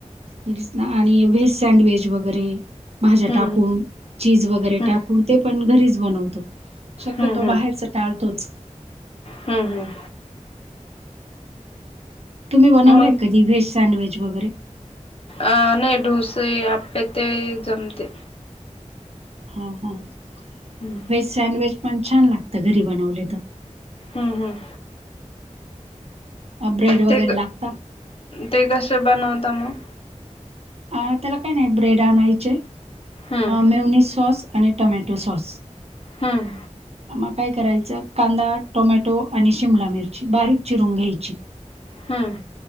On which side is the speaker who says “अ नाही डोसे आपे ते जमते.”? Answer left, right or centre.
Left